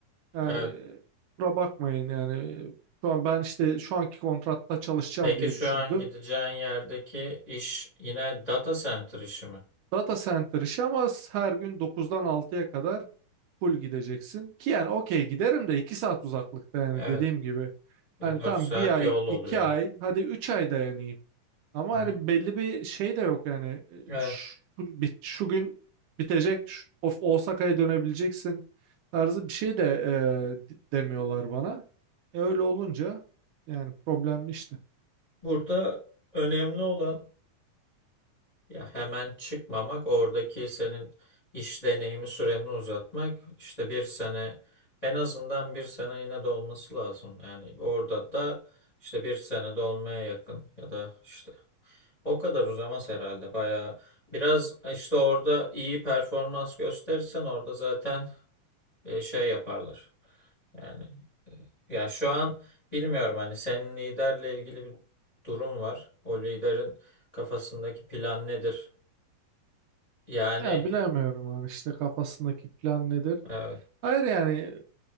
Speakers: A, on the right; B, on the left.
A: yani
B: evet.
A: kusura bakmayın yani şu an ben işte şu anki kontratta çalışacağım
B: Peki
A: diye
B: şu
A: düşündüm.
B: an gideceğin yerdeki iş yine data center işi mi?
A: Data center işi ama her gün dokuzdan altıya kadar full gideceksin. Ki yani okey giderim de 2 saat uzaklıkta yani
B: Evet.
A: dediğim gibi. Hani
B: dört
A: tam
B: saat
A: bir ay,
B: yol oluyor.
A: 2 ay, hadi 3 ay dayanayım. Ama
B: Hı
A: hani
B: hı.
A: belli bir şey de yok yani. E,
B: Evet.
A: Şu, bit- şu gün bitecek, şu- of Osaka'ya dönebileceksin tarzı bir şey de e, d- demiyorlar bana. E öyle olunca yani problemli işte.
B: Burada önemli olan ya hemen çıkmamak, oradaki senin iş deneyimi süreni uzatmak. İşte bir sene en azından bir sene yine de olması lazım. Yani orada da işte bir sene de olmaya yakın ya da işte O kadar uzamaz herhalde bayağı. Biraz e, işte orada iyi performans gösterirsen orada zaten e, şey yaparlar. Yani e, ya şu an bilmiyorum hani senin liderle ilgili bir durum var. O liderin kafasındaki plan nedir? Yani
A: Ya bilemiyorum hani işte kafasındaki plan nedir?
B: evet.
A: Hayır yani